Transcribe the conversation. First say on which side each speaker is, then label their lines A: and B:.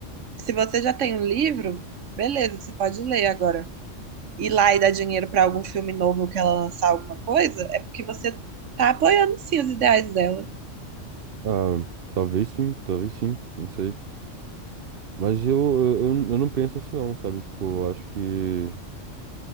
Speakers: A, on the right (about 75°); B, on the right (about 55°).
A: se você já tem um livro, beleza, você pode ler agora. Ir lá e dar dinheiro pra algum filme novo que ela lançar alguma coisa, é porque você tá apoiando sim os ideais dela.
B: Ah, talvez sim, talvez sim, não sei. Mas eu, eu, eu eu não penso assim, não, sabe? Tipo, eu acho que